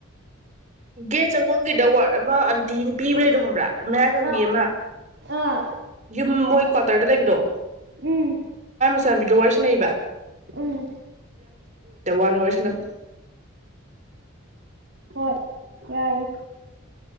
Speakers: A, on the right (about 35°); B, on the right (about 50°).
A: ꯒꯦꯠ ꯆꯪꯕꯝꯒꯤꯗ ꯋꯥꯔꯗ ꯑꯃ ꯑꯟꯇꯤ ꯄꯤꯕ꯭ꯔ ꯂꯩꯗꯣ ꯍꯕ꯭ꯔꯥ ꯃꯒꯌꯦꯃ
B: ꯑꯥ ꯑꯥ
A: ꯌꯨꯝ ꯃꯣꯏ ꯀ ꯇꯔꯗ ꯂꯩꯕꯤꯔꯣ
B: ꯎꯝ
A: ꯑꯥꯕꯤꯗꯣꯡꯔ ꯁꯤꯅꯦꯩꯕ
B: ꯎꯝ
A: ꯧꯟꯚꯁꯟ
B: ꯍ ꯌꯥꯏ